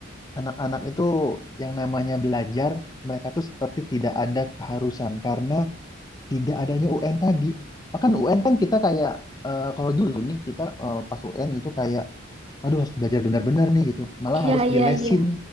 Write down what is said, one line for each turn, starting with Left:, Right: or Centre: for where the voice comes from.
Left: Anak-anak itu yang namanya belajar, mereka tuh seperti tidak ada keharusan karena tidak adanya UN tadi. Bahkan UN kan kita kayak eh, kalau dulu nih kita eh, pas UN itu kayak aduh harus belajar benar-benar nih gitu. Malah
Right: Iya,
Left: harus
Right: iya,
Left: dilesin
Right: iya.